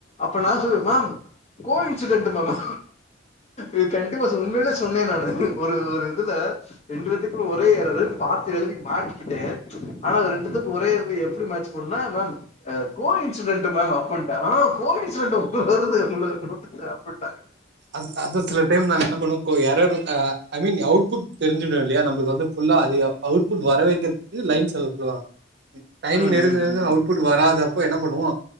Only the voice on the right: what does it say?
அ அத சில டைம் நாங்க என்ன பன்னுவோ இப்போ எறர் வந்தா ஐ மீன் அவுட்புட் தெரிஞ்சிடு இல்லயா நம்ளுக்கு வந்து ஃபுல்லா அதுகப் அவுட்பட் வர வைக்கிறதுக்கு லைன்ஸ் எழுத சொல்வாங்க டைம்
நெருங்க
நெருங்க
அவ் அவுட்புட் வராதப்ப என்ன பண்ணுவோ